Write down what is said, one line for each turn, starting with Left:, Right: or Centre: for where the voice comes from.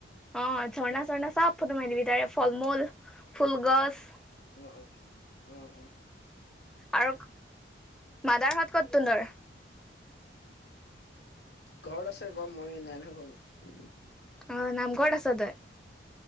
Centre: অ ঝৰ্ণা-চৰ্ণা চব ফটো মাৰি দিবি তাৰ ফল-মূল, ফুলগছ,
Left: অ-অ, অ-অ
Centre: আৰু মাদাৰহত ক'ত তুনতৰ?
Left: ঘৰত আছে আকৌ মই নাই নহয় ঘৰত।
Centre: অ নামঘৰত আছ তই?